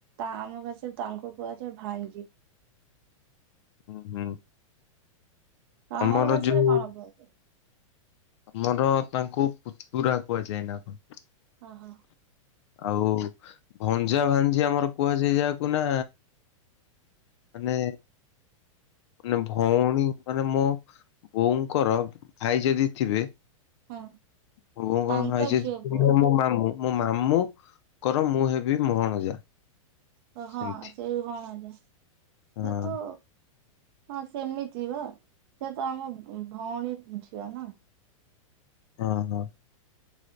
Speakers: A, on the right; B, on the left.
A: ଆମ ପାଶରେ ତାଙ୍କୁ କୁହାଯାଏ ଭାଞ୍ଜି।
B: ହୁଁ ହୁଁ
A: ଆମ
B: ଆମର
A: ଭାଷାରେ
B: ଯୋଉ
A: କଣ କୁହାଯାଏ?
B: ଆମର ତାଙ୍କୁ ପୁତୁରା କୁହାଯାଏନା କଣ?
A: ଓହୋ।
B: ଆଉ ଭଞ୍ଜା ଭାଞ୍ଜି ଆମର କୁହାଯାଏ ଯାହାକୁ ନା ମାନେ ମାନେ ଭଉଣୀ ମାନେ ମୋ ବୋଉଙ୍କର ଭାଇ ଯଦି ଥିବେ
A: ହଁ।
B: ମୋ ବୋଉ ଙ୍କର
A: ତାଙ୍କ
B: ଭାଇ ଯଦି
A: ଝିଅ
B: ଥିବନି
A: ପୁଅ
B: ମୋ ମାମୁଁ ମୋ ମାମୁଁ ଙ୍କର ମୁଁ ହେବି ଭଣଜା।
A: ଓ ହଁ
B: ସେମିତି
A: ସେ ଭଣଜା ସେ
B: ହଁ
A: ତ ହଁ ସେମିତି ବା ସେତ ଆମ ଭ ଭଉଣୀ ଝିଅ ନା?
B: ହଁ ହଁ।